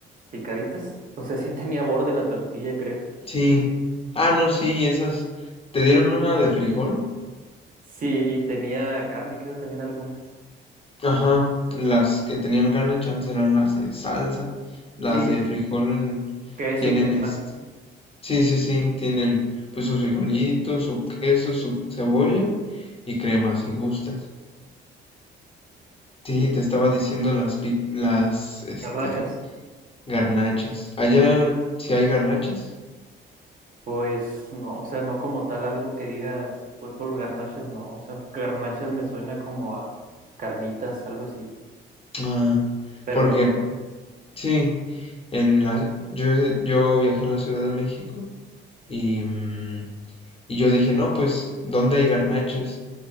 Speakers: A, on the right; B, on the left.
A: picaditas. O sea, sí tenía borde la tortilla, creo.
B: Sí. Ah, no, sí, esas... ¿Te dieron una de frijol?
A: Sí, y tenía carne, creo, también algunas.
B: Ajá, las que tenían carne chance eran las de salsa. Las
A: Sí,
B: de frijol
A: queso
B: tienen
A: y crema.
B: es... Sí, sí, sí, tienen pues sus frijolitos, su queso, su cebolla y crema si gustas. Sí,
A: Sí,
B: te estaba diciendo las pic- las este
A: garnachas.
B: garnachas. Allá sí hay garnachas.
A: Pues no, o sea, no como tal algo que digas, voy por garnachas, no. O sea, garnachas me suena como a carnitas, algo así.
B: Ah,
A: Pero
B: porque
A: no,
B: sí, en la yo yo viajé a la Ciudad de México y mm, y yo dije, "No, pues ¿dónde hay garnachas?"